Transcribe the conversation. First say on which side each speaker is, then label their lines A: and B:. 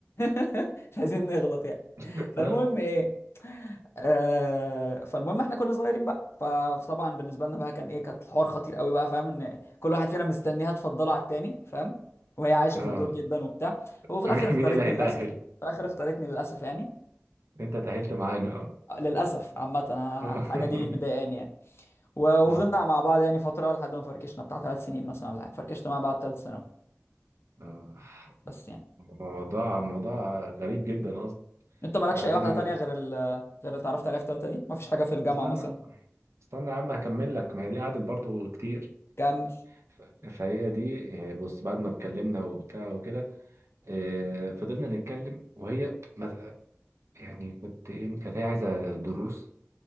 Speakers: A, on the left (about 55°); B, on the right (about 70°).
A: <laughs> مش عايزين نغلط يعني
B: <laughs>
A: فالمهم
B: اه
A: ايه آه، فالمهم احنا كنا صغيرين بقى ف- فطبعا بالنسبه لنا بقى كان ايه كانت الحوار خطير قوي بقى فاهم ان كل واحد فينا مستنيها تفضله على التاني فاهم وهي عايشه
B: آه.
A: في الدور جدا وبتاع هو في الاخر
B: مين
A: اختارتني
B: مين اللي هيتأهل
A: للاسف يعني في الاخر اختارتني للاسف يعني
B: انت تأهلت معانا اه
A: وللاسف عامه أنا
B: اه
A: الحاجه
B: <laughs>
A: دي مضايقاني يعني و- وفضلنا
B: اه
A: مع بعض يعني فتره لحد ما فركشنا بتاع ثلاث سنين مثلا ولا حاجه فركشت مع بعض ثالث ثانوي
B: آه.
A: بس يعني
B: موضوع موضوع غريب جدا اصلا
A: انت مالكش
B: بعدين
A: اي واحده تانية غير ال غير اللي اتعرفت عليها في ثالثه دي مفيش
B: است-
A: حاجه في الجامعه
B: استنى
A: مثلا
B: استنى يا عم هكمل لك ما هي دي قعدت برضو كتير
A: كمل
B: ف- فهي دي آه، بص بعد ما اتكلمنا وبتاع وكده آه، فضلنا نتكلم وهي ما- يعني كنت ايه كانت هي عايزه دروس